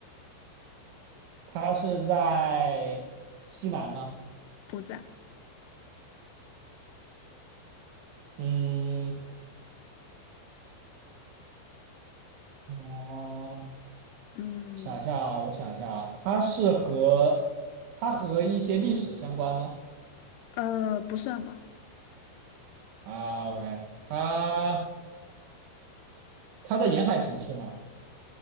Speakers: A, on the right; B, on the left.
A: 它是在西南吗？
B: 不在，
A: 嗯，哦、
B: 嗯，
A: 想一下啊，我想一下啊，它是和它和一些历史相关吗？
B: 呃，不算吧，
A: 啊，OK，它它在沿海城市吗？